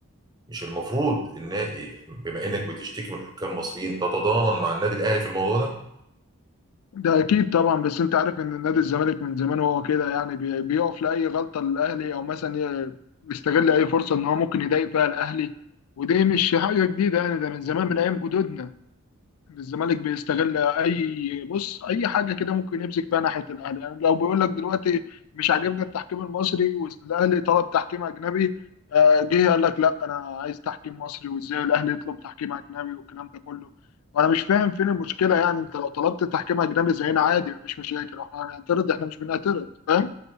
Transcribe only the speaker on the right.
مش المفروض ان بما انك بتشتكي من الحكام المصريين تتضامن مع النادي الاهلي في الموضوع ده